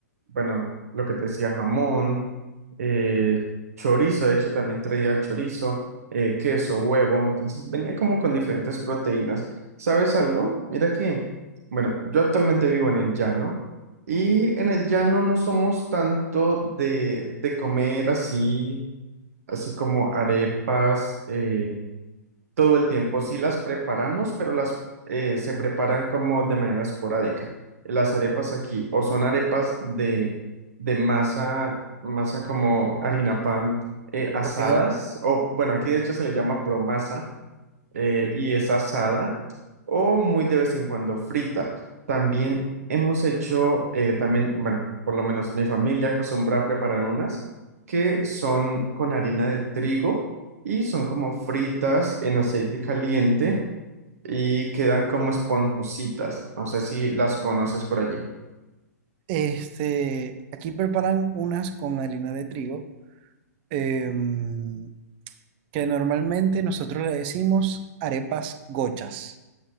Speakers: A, on the right; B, on the right.
A: bueno, lo que te decía, jamón, eh, chorizo, de hecho también traía chorizo, eh, queso, huevo, entonces venía como con diferentes proteínas. ¿Sabes algo? Mira que, bueno, yo actualmente vivo en el llano. Y en el llano no somos tanto de, de comer así así como arepas, eh, todo el tiempo sí las preparamos, pero las eh, se preparan como de manera esporádica. Las arepas aquí o son arepas de, de masa, masa como harina pan eh, asadas,
B: Ok.
A: o bueno, aquí de hecho se le llama promasa, eh, y es asada
B: ok.
A: o muy de vez en cuando frita. También hemos hecho, eh, también, bueno, por lo menos mi familia acostumbra a preparar unas que son con harina de trigo y son como fritas en aceite caliente y quedan como esponjositas. No sé si las conoces por allí.
B: Este, aquí preparan unas con harina de trigo, em, que normalmente nosotros le decimos arepas gochas,